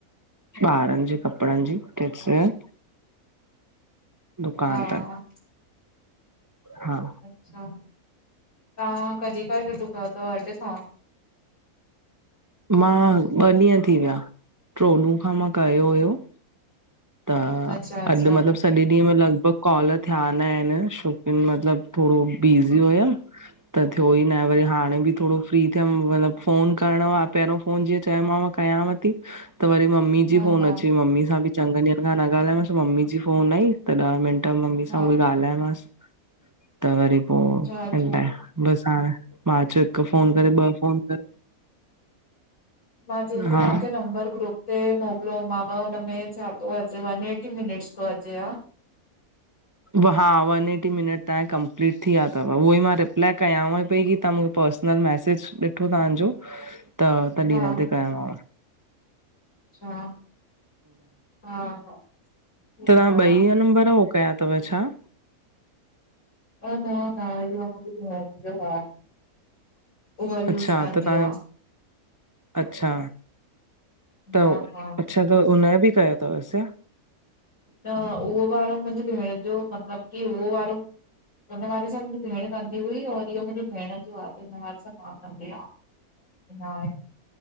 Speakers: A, on the right (about 30°); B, on the left (about 60°).
A: ॿारनि जे कपड़नि जी किड्सवेयर दुकान
B: हा
A: तन हा
B: अच्छा, तहां कॾी खां शुरू कयो तव अॼु खां?
A: मां ॿ ॾींहं थी विया, ट्रो ॾुहं खां मां कयो हुयो त
B: अच्छा अच्छा,
A: अॼु मतिलब स सॾे ॾींहं में लॻभॻि कॉल थिया न आहिनि छोकी मतलबु थोड़ो बिज़ी हुयमि त थियो ई ना हे वरी हाणे बि थोड़ो फ्री थियमि मतलबु फ़ोन करिणो आ पहिरों फोन जीअं चयोमांव कयांव ती, त वरी मम्मी
B: हा
A: जी फोन
B: हा
A: अची वई मम्मी सां बि चङनि ॾींहंनि खां न ॻाल्हायांमांसि त मम्मी जी फोन आई त ॾह मिंट मम्मी
B: हा
A: सां उहो ई ॻाल्हायामास त वरी पो
B: अच्छा अच्छा,
A: इन लाए बसि हाणे मां चयो हिकु फोन वरी ॿ फोन करे
B: मां जेको
A: हा
B: तहांखे नंबर ग्रुप ते मोकिलियोमांव हुनमें छा? तो अचे वन एटी मिनटस तो अचेव
A: व हा वन एटी मिनट तव्हांया कंप्लीट थी या तव उह ई मां रिप्लाय कयांव पई की तहां मुखे पर्स -नल मैसेज ॾिठो तहांजो त तॾी
B: हा
A: हिन ते कयोमांव
B: छा, हा हा ठीकु
A: तहां
B: आ न,
A: ॿई या नंबर हो कया तव छा?
B: न न न इह्यो मुंजी भेंड़ जो आ उहा यूस
A: अच्छा
B: कंदी
A: त तव्हां
B: आ
A: अच्छा त
B: हा हा
A: अच्छा त उन्हयो बि कयो तवसि छा
B: न उहो वारो मुंजी भेंण जो मतलब की उहो वारो उन्ह वारे सां मुंजी भेंण कंदी हुई और इह्यो मुंजी भेण जो आ त हिन वारे सां मां कंदी आं ना हे